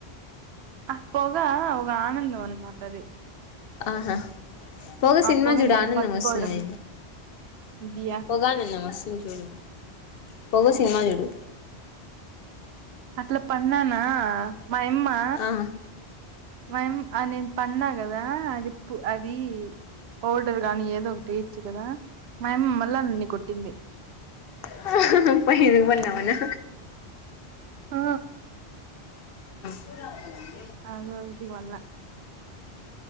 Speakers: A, on the right; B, on the left.
A: అ పోగా ఒక ఆనందం అనమాటది
B: ఆహా పోగా సినిమా
A: పొగని
B: చూడు
A: ఇట్లా
B: ఆనందం
A: పట్టుకోవడం
B: వస్తుంది
A: బియా
B: పోగా ఆనందం వస్తుంది చూడు పోగ సినిమా జడు
A: ట్ల పన్నానా మా యమ్మా
B: ఆ
A: మేం నేను పన్నా కదా అది ప్ అది పౌడర్ గానీ ఏదో ఒకటి ఇయచ్చు కదా మా అమ్మ మళ్ళ అన్ని కొట్టింది
B: హ హ హ పైన బన్నావనా
A: ఆ
B: ఇలాగా
A: ఆరోజుకి మల్ల